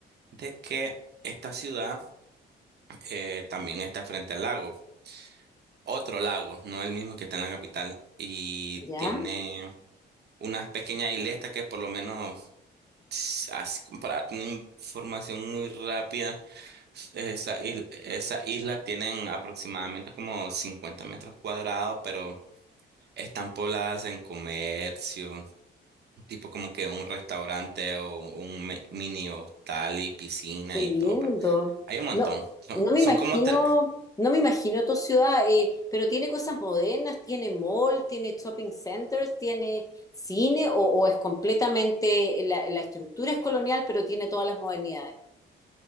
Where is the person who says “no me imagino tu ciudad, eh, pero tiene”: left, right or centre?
Left